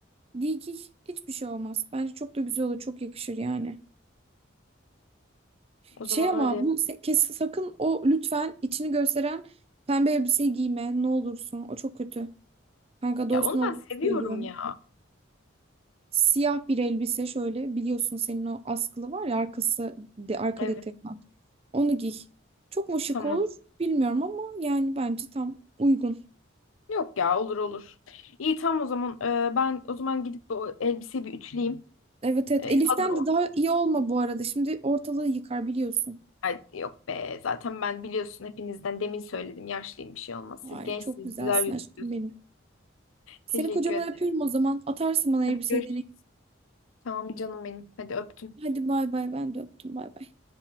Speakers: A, on the right (about 30°); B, on the left (about 85°).
A: Giy giy hiçbir şey olmaz. Bence çok da güzel olur çok yakışır yani.
B: O
A: Şey
B: zaman
A: ama
B: öyle.
A: bu se- kes sakın o lütfen içini gösteren pembe elbiseyi giyme ne olursun o çok kötü. Kanka dostun
B: Ya onu
A: olarak
B: ben seviyorum
A: söylüyorum.
B: ya.
A: Siyah bir elbise şöyle biliyorsun senin o askılı var ya arkası de, arka
B: Evet
A: detayı var. Onu giy. Çok mu şık
B: tamam.
A: olur bilmiyorum ama yani bence tam uygun.
B: Yok ya olur olur. İyi tamam o zaman. Ee, ben o zaman gidip bu elbiseyi bir ütüleyeyim.
A: Evet evet
B: Ee,
A: Elif'ten
B: hazır olsun.
A: de daha iyi olma bu arada. Şimdi ortalığı yıkar biliyorsun.
B: Ay, yok be zaten ben biliyorsun hepinizden demin söyledim. Yaşlıyım bir şey olmaz.
A: Ay
B: Siz gençsiniz
A: çok güzelsin
B: güzel gözüküyorsunuz.
A: aşkım benim. Seni
B: Teşekkür
A: kocaman
B: ederim.
A: öpüyorum o zaman. Atarsın bana
B: Hadi
A: elbiseyi
B: görüşürüz.
A: deneyim.
B: Tamam canım benim. Hadi öptüm.
A: Hadi bay bay ben de öptüm bay bay.